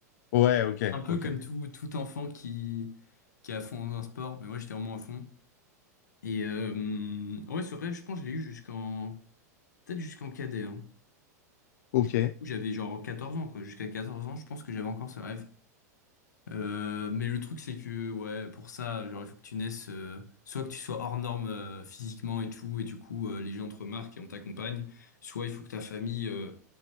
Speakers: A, on the left; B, on the left.
A: Ouais, ok,
B: Un peu
A: ok.
B: comme tout, tout enfant qui, qui est à fond dans un sport, mais moi, j'étais vraiment à fond. Et euh, ouais, c'est vrai, je pense que je l'ai eu jusqu'en... Peut-être jusqu'en cadet, hein.
A: Ok,
B: Genre, J'avais genre 14 ans, quoi. Jusqu'à 14 ans, je pense que j'avais encore ce rêve. Euh, mais le truc c'est que ouais pour ça genre il faut que tu naisses euh, soit que tu sois hors norme euh, physiquement et tout et du coup euh, les gens te remarquent et on t'accompagne soit il faut que ta famille euh,